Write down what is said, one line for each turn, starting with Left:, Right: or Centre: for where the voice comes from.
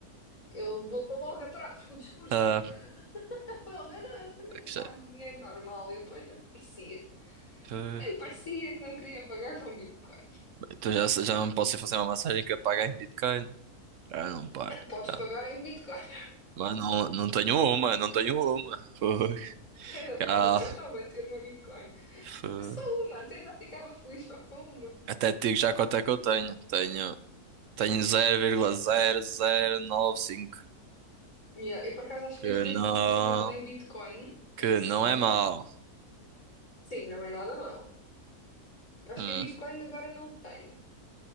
Left: Ele voltou logo atrás com o discurso.
Right: Ah,
Left: <laughs> Falou, não, não, eu também
Right: isto
Left: pago
Right: é,
Left: dinheiro normal. E depois nem parecia,
Right: eh,
Left: nem parecia que não queria pagar com bitcoins.
Right: então já, já não posso ir fazer uma massagem que eu pague em Bitcoin. Ah, não pago.
Left: Podes
Right: Já
Left: pagar
Right: não-
Left: em Bitcoin.
Right: Mas não, não tenho uma, não tenho uma. Foi.
Left: <laughs> Era bem
Right: Cá.
Left: bom. Eu gostava de ter uma Bitcoin.
Right: Foi.
Left: Só uma, até já ficava feliz só com uma.
Right: Até te digo já quanto é que eu tenho. Tenho, tenho 0,0095.
Left: Yeah, eu por acaso acho que
Right: Que
Left: neste momento
Right: não,
Left: não tenho nada em Bitcoin em
Right: que
Left: si.
Right: não é mau.
Left: Sim, não é nada não. Eu acho
Right: Hum.
Left: que em Bitcoin agora não tenho.